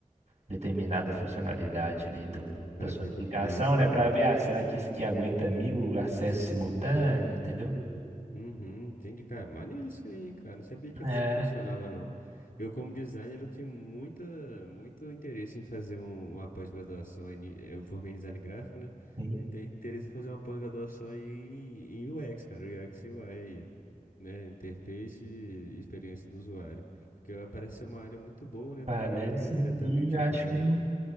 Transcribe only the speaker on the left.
Pra
ver
como que ele responde.
Uhum, entendi, cara. Maneiro isso aí, hein, cara. Não sabia que
era assim que funcionava, não. Eu, como designer, eu tenho muita, muito interesse em fazer um- uma pós-graduação. em- Eu formei em design gráfico, né?
E tenho interesse em fazer uma pós-graduação aí em, em UX, cara. UX e UI aí, né? Interface e experiência do usuário. Porque parece ser uma área muito boa, né?
Trabalha também diretamente
aí com a galera.